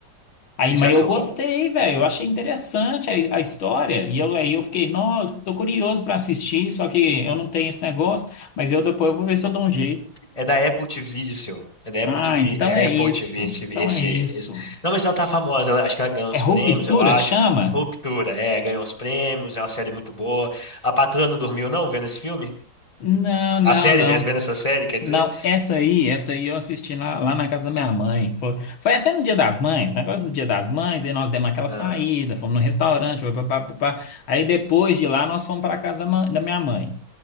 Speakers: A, on the left; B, on the left.
A: Aí,
B: e
A: mas
B: você achou
A: eu gostei,
B: bom?
A: velho. Eu achei interessante a, a história. E eu, aí eu fiquei, nossa, tô curioso pra assistir, só que eu não tenho esse negócio. Mas eu depois eu vou ver se eu dou um jeito.
B: É da Apple TV, disse eu. É da Apple
A: Ah,
B: TV,
A: então
B: é
A: é
B: Apple
A: isso.
B: TV, esse,
A: Então
B: esse,
A: é isso.
B: esse- Não, mas ela tá famosa, ela- acho que ela ganhou uns
A: É ruptura
B: prêmios, eu acho.
A: que chama?
B: Ruptura, é, ganhou uns prêmios, é uma série muito boa. A patroa não dormiu, não, vendo esse filme?
A: Não, não,
B: A série,
A: não.
B: vendo essa série, quer dizer?
A: Não, essa aí, essa aí eu assisti na- lá na casa da minha mãe. Foi, foi até no Dia das Mães, negócio do Dia das Mães, aí nós demos aquela
B: Ah,
A: saída, fomos no restaurante, pá, pá, pá, pá, pá. Aí depois de lá nós fomos para a casa da, mã- da minha mãe.